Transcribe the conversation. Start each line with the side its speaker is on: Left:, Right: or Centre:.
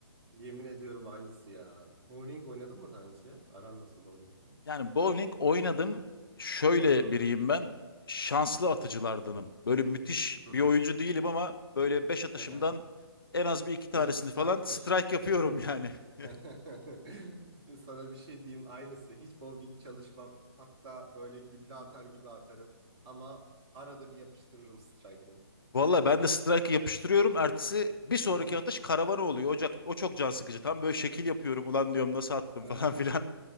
Right: Yemin ediyorum aynısı ya. Bowling oynadın mı daha önce? Aran nasıl bowlingle?
Left: Yani bowling oynadım. Şöyle
Right: Hı-hı.
Left: biriyim ben. Şanslı atıcılardanım. Böyle müthiş
Right: Hı-hı.
Left: bir oyuncu değilim ama böyle 5 atışımdan
Right: Hı-hı.
Left: en az bir iki tanesini
Right: Biri striker.
Left: falan strike yapıyorum
Right: Hı-hı.
Left: yani. <laughs>
Right: <laughs> Sana bir şey diyeyim aynısı. Hiç bowling çalışmam. Hatta böyle gülle atar gibi atarım. Ama arada bir yapıştırırım strike'ı.
Left: Valla ben de strike'ı yapıştırıyorum. Ertesi bir sonraki
Right: Aha,
Left: atış karavana oluyor. O, o çok can sıkıcı. Tam böyle şekil yapıyorum. Ulan diyorum nasıl attım
Right: aha.
Left: <laughs> falan filan.